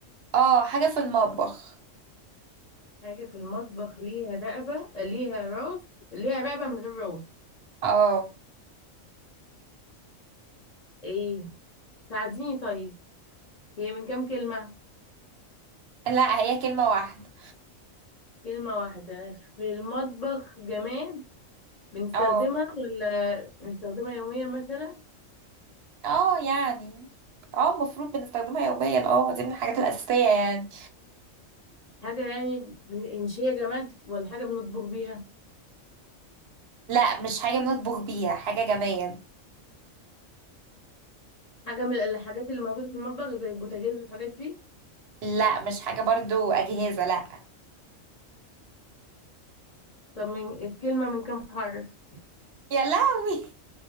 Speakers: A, on the right (about 60°); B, on the left (about 45°).
A: آه، حاجه في المطبخ
B: حاجه في المطبخ ليها رقبه ليها راس ليها رقبه من غير راس
A: اه
B: ايه ساعديني طيب هي من كام كلمه
A: لا هي كلمه واحده
B: كلمه واحده في المطبخ جماد بنستخدمها
A: اه
B: ولا بنستخدمها يوميا مثلا
A: اه يعني اه المفروض بنستخدمها يوميا اه دي من الحاجات الأساسية يعني
B: حاجة يعني من- مش هي جماد ولا حاجة بنطبخ بيها
A: لا مش حاجة بنطبخ بيها حاجة جمال
B: حاجة من الحاجات اللي موجودة في المطبخ زي البوتاجاز والحاجات دي
A: لا مش حاجة برضو أجهزة لا
B: طب من الكلمة من كام حرف
A: يا لهوي